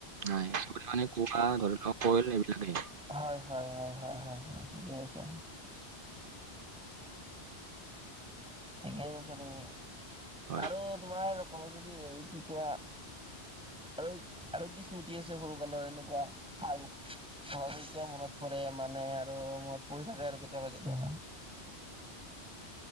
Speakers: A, on the right (about 55°); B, in the centre.
A: নাই সব মানে কুোৱা ধৰি কল এইবিলাক
B: হয়, হয়, হয়, হয় ঠিকেছে। ঠিকেই কৈছা তুমি
A: হয়
B: আৰু তোমাৰ কব যদি এই কি কোৱা আৰু আৰু কি স্মৃতি আছে সৰু কালৰ এনেকুৱা ভাল। সহজতিয়া মনত পৰে মানে আৰু মনত পৰি থাকে আৰু কেতিয়াবা কেতিয়াবা।